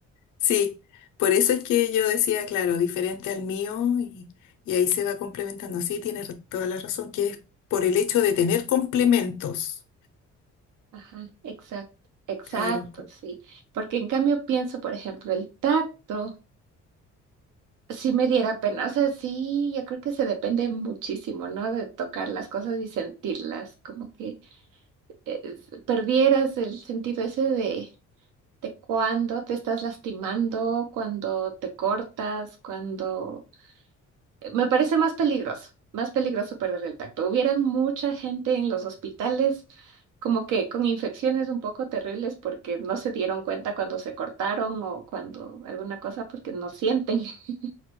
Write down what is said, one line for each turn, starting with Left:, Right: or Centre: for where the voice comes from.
Left: Sí, por eso es que yo decía, claro, diferente al mío y, y ahí se va complementando. Sí, tienes ra- toda la razón, que es por el hecho de tener complementos.
Right: Ajá, exacto, exacto,
Left: Claro,
Right: sí. Porque en cambio pienso, por ejemplo, el tacto. sí me diera pena. O sea, sí, yo creo que se depende muchísimo, ¿no? De tocar las cosas y sentirlas, como que eh, s- perdieras el sentido ese de, de cuando te estás lastimando, cuando te cortas, cuando... eh, Me parece más peligroso, más peligroso perder el tacto. Hubieran mucha gente en los hospitales como que con infecciones un poco terribles porque no se dieron cuenta cuando se cortaron o cuando alguna cosa porque no sienten <laughs>